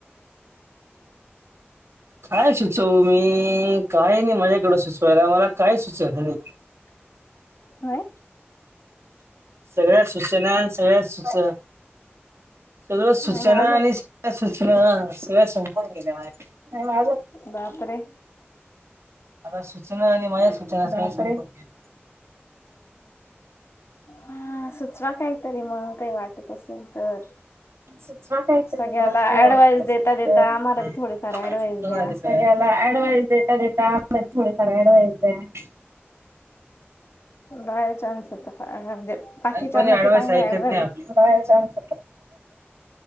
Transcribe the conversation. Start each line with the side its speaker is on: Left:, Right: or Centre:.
Right: काय सुचवू मी काय नाही माझ्याकड सुचवाय तर मला काय सुचत नाही.
Left: व्हय.
Right: सगळ्या सूचेना सगळ्या सुचेना सगळं सूचेना
Left: नाही मग अजून
Right: आणि सगळ्या सूचना सगळ्या संपून गेल्या माझ्याकडे <unintelligible>
Left: बापरे.
Right: मला सूचना आणि माझ्या सूचना सगळ संपून गेल. बापरे
Left: हा सुचवा काहीतरी मग काही वाटत असेल तर
Right: सुचवा काहीतरी
Left: सगळ्याला
Right: मग काही वाट
Left: ऍडवाइस
Right: असेल
Left: देता देता
Right: तर.
Left: आम्हाला
Right: नाही
Left: बी थोडीफार ऍडवाइस द्या
Right: <unintelligible> सगळ्या तूला ऍडवाइस देता देता थोडी <unintelligible>
Left: बाय चान्स होता काय म्हणजे बाकीच्यांना
Right: नाय कोणी ऍडवाईस
Left: तर चांगले
Right: ऐकत
Left: ऍडवाइस
Right: नाही आपली. बायचान्स